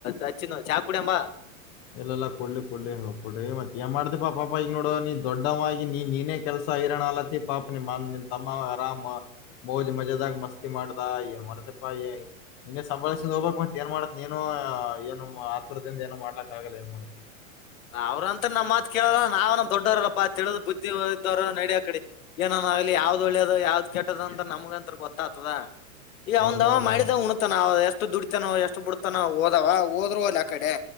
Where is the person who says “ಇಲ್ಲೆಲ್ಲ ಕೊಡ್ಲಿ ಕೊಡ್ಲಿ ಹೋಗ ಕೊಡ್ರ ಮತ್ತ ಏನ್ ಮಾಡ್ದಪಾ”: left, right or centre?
Left